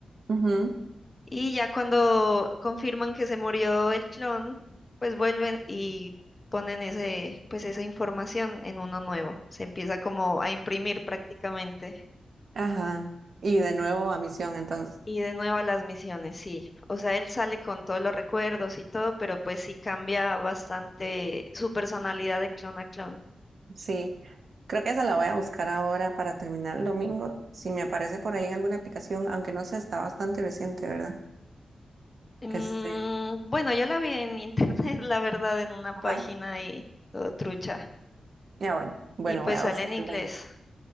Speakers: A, on the right; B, on the left.
A: ujú,
B: y ya cuando confirman que se murió el clon, pues vuelven y ponen ese, pues esa información en uno nuevo. Se empieza como a imprimir prácticamente.
A: Ajá. Y de nuevo a misión, entonces.
B: Y de nuevo a las misiones, sí. O sea, él sale con todos los recuerdos y todo, pero pues sí cambia bastante su personalidad de clon a clon.
A: Sí, creo que esa la voy a buscar ahora para terminar el domingo. Si me aparece por ahí en alguna aplicación, aunque no sé, está bastante reciente, ¿verdad?
B: Mm,
A: Este,
B: bueno, yo la vi en internet, <laughs> la verdad, en una página
A: ajá.
B: y todo trucha.
A: Ya bueno, bueno,
B: y pues
A: voy a
B: sale
A: buscarla.
B: en inglés.